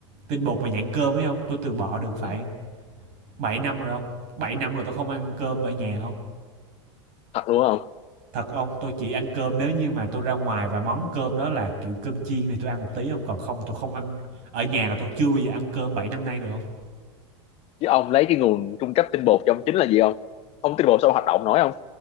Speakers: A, on the right; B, on the left.
A: Tinh bột mà dạng cơm ấy không? Tôi từ bỏ được phải
B: ừ.
A: 7 năm rồi không? bảy năm rồi tôi không ăn cơm ở nhà không?
B: thật luôn không
A: Thật không? Tôi chỉ ăn cơm nếu như mà tôi ra ngoài và món cơm đó là kiểu cơm chiên thì tôi ăn một tí không? Còn không là tôi không ăn. Ở nhà là tôi chưa bao giờ ăn cơm 7 năm nay rồi không?
B: chứ ông lấy cái nguồn cung cấp tinh bột cho ông chính là gì không không tinh bột sao ông hoạt động nổi không